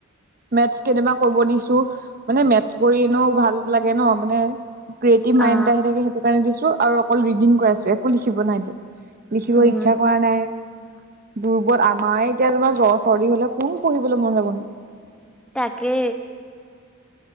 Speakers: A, on the right; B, in the centre.
A: মেটচ কেতিয়াবা। কব দিছো মানে মেথছ কৰি এনেও ভাল লাগে ন মানে ক্ৰিয়েটিভ মাইণ্ড
B: অ
A: আহি থাকে সেইটো কাৰণে দিছো আৰু অকল ৰিডিং কৰাইছো একো লিখিব নাই দিয়া। লিখিব
B: উম
A: ইচ্ছা কৰা নাই। দুৰ্বল আমাৰে এতিয়া তোমাৰ জ্বৰ চৰ্দি হ'লে কোন পঢ়িবলৈ মন যাবনো।
B: তাকে।